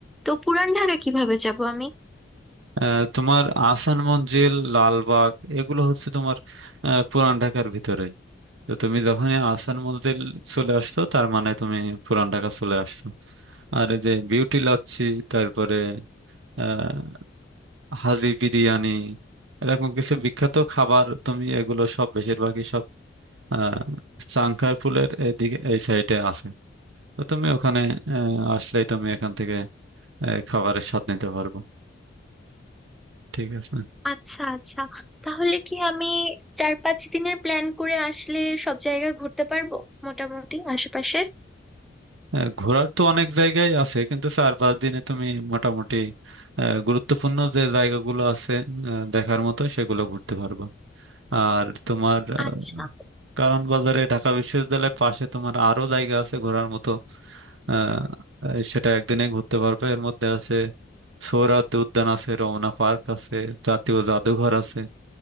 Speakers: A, in the centre; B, on the right.
A: তো পুরান ঢাকা কিভাবে যাব আমি
B: আহ, তোমার আহসান মঞ্জিল লালবাগ এগুলো হচ্ছে তোমার আহ, পুরান ঢাকার ভিতরে তো তুমি যখনই আহসান মঞ্জিল চলে আসছো তার মানে তুমি পুরান ঢাকা চলে আসছো আর এই যে বিউটি লাচ্ছি তারপরে আহ হাজি বিরিয়ানি এরকম কিছু বিখ্যাত খাবার তুমি এগুলো সব বেশিরভাগই সব আহ চাংখারপুলের এইদিকে এই সাইডে আছে তো তুমি ওখানে আহ, আসলেই তুমি এখান থেকে আহ, খাবারের স্বাদ নিতে পারবো ঠিক আছে
A: আচ্ছা আচ্ছা তাহলে কি আমি চার পাঁচ দিনের প্ল্যান করে আসলে সব জায়গা ঘুরতে পারবো মোটামুটি আশেপাশের
B: আহ, ঘোরার তো অনেক জায়গায় আছে কিন্তু চার পাঁচ দিনে তুমি মোটামুটি আহ, গুরুত্বপূর্ণ যে জায়গাগুলো আছে আহ, দেখার মতো সেগুলো ঘুরতে পারবা আর তোমার আহ,
A: আচ্ছা
B: কারণ বাজারে ঢাকা বিশ্ববিদ্যালয়ের পাশে তোমার আরো জায়গা আছে ঘোরার মতো আহ, আহ, সেটা একদিনে ঘুরতে পারবে এর মধ্যে আছে সোহরাওয়ার্দী উদ্যান আছে রমনা পার্ক আছে জাতীয় জাদুঘর আছে